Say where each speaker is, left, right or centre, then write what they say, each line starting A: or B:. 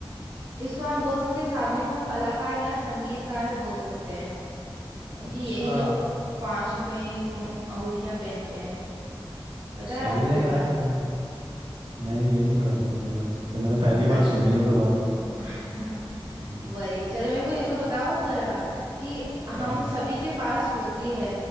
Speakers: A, on the right; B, on the right.
A: इसको हम बोल सकते हैं इस आदमी को हम कलाकार या संगीतकार बोल सकते हैं क्योंकि
B: अच्छा
A: यही लोग पांचों में ही अंगूठिया पहनते हैं पता
B: सही
A: है आपको
B: है
A: ये
B: यार
A: बात
B: ये तो नहीं ये नहीं पता थी मुझे बात ये तो मैंने पहली
A: अच्छा
B: बार सुनी है तो बात
A: <laughs>
B: हम्म,
A: वही चलो मेरे को ये तो बताओ आप जरा कि
B: क्या
A: हम सभी के पास होती है